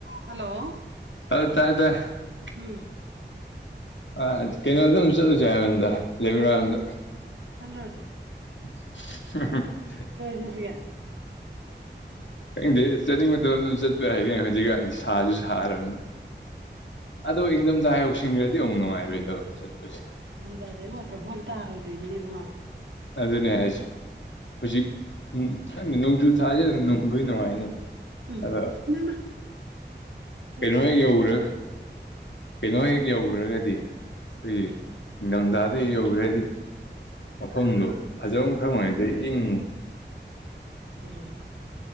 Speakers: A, on the right (about 80°); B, on the left (about 75°).
A: hello
B: ꯑꯗꯨ ꯇꯥꯏ ꯇꯥꯏ
A: ꯎꯝ
B: ꯑ ꯀꯩꯅꯣꯗ ꯑꯗꯨꯝ ꯆꯠꯂꯨꯁꯦꯕꯟꯗ ꯂꯩꯕ꯭ꯔꯗ
A: ꯆꯜꯔꯁꯤ
B: <unintelligible>
A: ꯆꯠꯁꯤꯒꯦ
B: ꯈꯪꯗꯦ ꯆꯠꯅꯤꯡꯕ ꯃꯇꯝꯗ ꯑꯗꯨꯝ ꯆꯠꯄ ꯌꯥ ꯍꯥꯏꯒ ꯍꯧꯖꯤꯛꯀꯥꯟꯗꯤ ꯁꯥꯁꯨ ꯁꯥꯔꯕꯅ ꯑꯗꯨꯗꯣ ꯏꯪꯊꯝꯊꯥ ꯌꯧꯁꯤꯈ꯭ꯔꯗꯤ ꯑꯃꯨꯛ ꯅꯨꯡꯉꯥꯏꯔꯣꯏꯗꯕ ꯆꯠꯄꯁꯦ
A: ꯁꯝꯗꯗꯩ ꯋꯥꯇꯔꯐꯣꯜ ꯇꯥꯔꯣꯏꯗꯣꯏꯅꯤꯅꯦꯕꯉꯥ
B: ꯑꯗꯨꯅꯦ ꯍꯥꯏꯁꯦ ꯍꯧꯖꯤꯛ ꯎꯝ ꯈꯪꯉ ꯅꯣꯡꯖꯨ ꯏꯁꯥꯁꯦ ꯑꯗꯨꯝ ꯅꯨꯡꯗꯏ ꯅꯨꯡꯉꯥꯏꯅꯤ
A: ꯎꯝ
B: ꯑꯗꯣ
A: ꯏꯃꯥꯏꯃꯥ ꯆꯠꯁꯤ
B: ꯀꯩꯅꯣ
A: ꯆꯠꯁꯤ
B: ꯍꯦꯛ ꯌꯧ꯭ꯔ ꯀꯩꯅꯣ ꯍꯦꯛ ꯌꯧꯈ꯭ꯔꯒꯗꯤ ꯑꯩꯈꯣꯏꯒꯤ ꯅꯤꯡꯊꯝꯊꯥꯗ ꯌꯧꯈ꯭ꯔꯗꯤ ꯃꯐꯝꯗꯨꯣ ꯐꯖꯐꯝ ꯈꯪꯉꯩꯗꯩ ꯏꯪ
A: ꯎꯝ